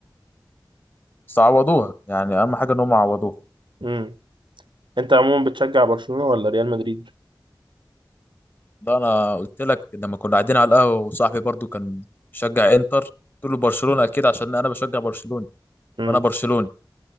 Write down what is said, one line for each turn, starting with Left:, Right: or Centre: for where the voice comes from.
Left: بس عوضوها يعني اهم حاجه ان هم عوضوها
Right: امم انت عموما بتشجع برشلونه ولا ريال مدريد
Left: ده انا قلت لك لما كنا قاعدين على القهوه وصاحبي برضو كان بيشجع انتر قلت له برشلونه اكيد عشان انا بشجع برشلونه
Right: امم
Left: وانا برشلوني